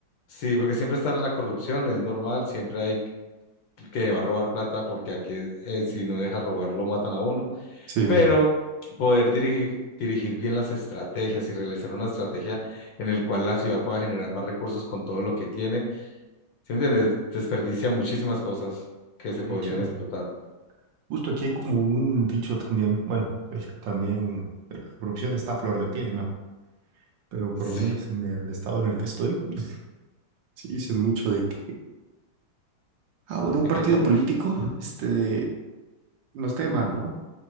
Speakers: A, on the left; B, on the right.
A: sí, porque siempre está la corrupción, es normal, siempre hay que va a robar plata, porque aquí eh, si no deja robar lo matan a uno,
B: Sí.
A: pero poder dirigir, dirigir bien las estrategias y realizar una estrategia en el cual la ciudad pueda generar más recursos con todo lo que tiene ¿Sí me entiendes? Desperdicia muchísimas cosas que se
B: De
A: podrían
B: hecho,
A: explotar.
B: justo aquí hay como un dicho también. Bueno, México también, la corrupción está a flor de pie, ¿no? Pero por
A: Sí,
B: lo menos en el estado en el que estoy, <laughs> sí dicen mucho de que Ah, bueno, un
A: ¿De
B: partido
A: qué corrupción?
B: político, este, nos cae mal, ¿no?